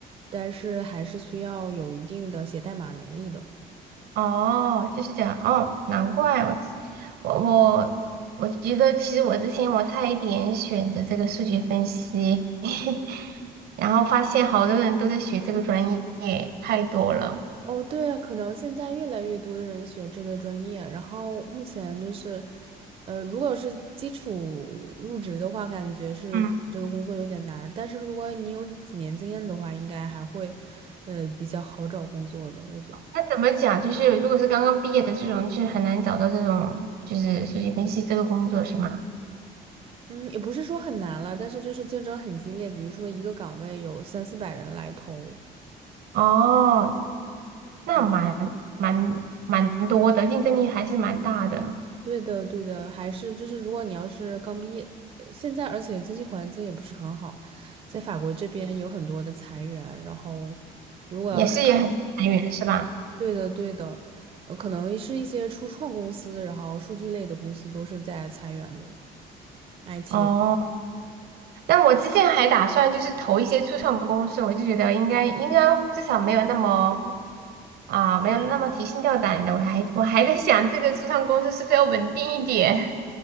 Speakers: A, on the right; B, on the right.
A: 但是还是需要有一定的写代码能力的。
B: 哦，就是这样，哦，难怪我我我我觉得其实我之前我差一点选择这个数据分析，<laughs> 然后发现好多人都在学这个专业，太多了。
A: 哦，对啊，可能现在越来越多的人学这个专业，然后目前就是，呃，如果是基础入职的话，感觉是这个工作有点难，
B: 嗯，
A: 但是如果你有几年经验的话，应该还会，呃，比较好找工作的，我觉得。
B: 那怎么讲？就是如果是刚刚毕业的这种，就很难找到这种就是数据分析这个工作，是吗？
A: 嗯，也不是说很难了，但是就是竞争很激烈，比如说一个岗位有三四百人来投。
B: 哦，那蛮蛮蛮多的，
A: 嗯。
B: 竞争力还是蛮大的，
A: 对的，对的，还是就是，如果你要是刚毕业，呃现在而且经济环境也不是很好，在法国这边有很多的裁员，然后如果要是刚
B: 也是也很裁员是吧？
A: 对的，对的，呃，可能是一些初创公司，然后数据类的公司都是在裁员的，IT
B: 哦，
A: 类。
B: 那我之前还打算就是投一些初创公司，我就觉得应该应该至少没有那么啊、没有那么提心吊胆的。我还我还在想这个初创公司是不是要稳定一点，